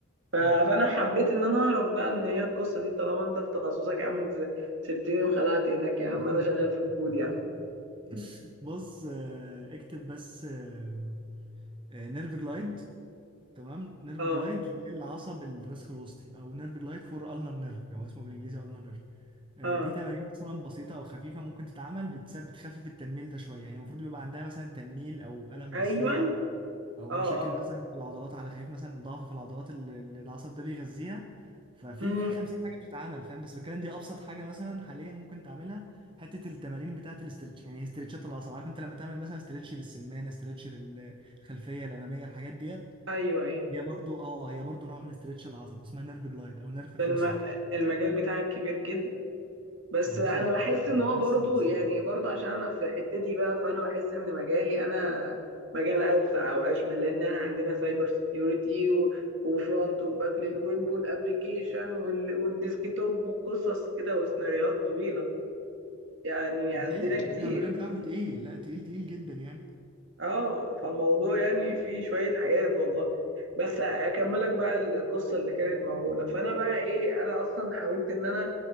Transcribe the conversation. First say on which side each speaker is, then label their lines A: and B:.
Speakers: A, on the right; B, on the right.
A: ف- فانا
B: حلو
A: حبيت ان انا اعرف بقى ان هي القصه دي طالما انت في تخصصك يا عم انت سبتني وخلعت هناك يا عم
B: <laughs>
A: انا شغال في الكود يا عم
B: بص آه، اكتب بس آه، آه، نيرف جلايد تمام نيرف
A: اه
B: جلايد للعصب الرسخ الوسطي او نيرف جلايد فور النر نيرف هو اسمه بالانجليزي النر نيرف
A: اه
B: دي تمارين مثلا بسيطه او خفيفه ممكن تتعمل بتس- بتخفف التنميل ده شويه يعني المفروض بيبقى عندها مثلا تنميل او الم
A: ايوه
B: بسيط او أو
A: اه
B: مشاكل
A: اه
B: مثلا في العضلات على خفيف مثلا ضعف في العضلات اللي اللي العصب ده بيغذيها ففي
A: امم
B: في 50 حاجه بتتعمل فاهم بس بتكلم دي ابسط حاجه مثلا حاليا ممكن تعملها حته التمارين بتاعه الاسترتش يعني استرتشات العصب عارف انت لما تعمل مثلا استرتش للسمانه استرتش للخلفيه الاماميه الحاجات ديت
A: ايوه ايوه
B: هي برضو اه هي برضو نوع من استرتش العصب اسمها نيرف جلايد او نيرف فلوسنج
A: ده الم... المجال بتاعك كبير جدا بس
B: يا
A: انا
B: باشا
A: بحس ان هو
B: بس
A: برضو
B: انت اسمها
A: يعني
B: إيه؟
A: برضو عشان انا في حتتي بقى فانا بحس ان مجالي انا مجال اوسع او اشمل لان انا عندنا سايبر سيكيورتي و... وفرونت وباك للويب والابلكيشن وال... والديسكتوب وقصص كده وسيناريوهات طويله يعني
B: ده
A: عندنا
B: حقيقة
A: كتير
B: ده حقيقة المجال بتاعكم تقيل لا تقيل تقيل جدا يعني
A: اه فالموضوع يعني فيه شوية حاجات والله بس اكملك بقى القصة اللي كانت موجودة فانا بقى ايه انا اصلا حاولت ان انا